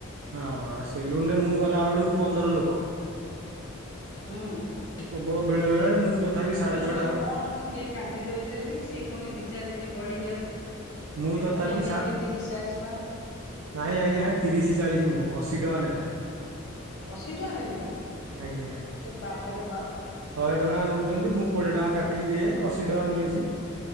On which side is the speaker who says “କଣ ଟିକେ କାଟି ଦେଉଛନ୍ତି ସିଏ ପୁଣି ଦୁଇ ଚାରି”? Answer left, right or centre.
Left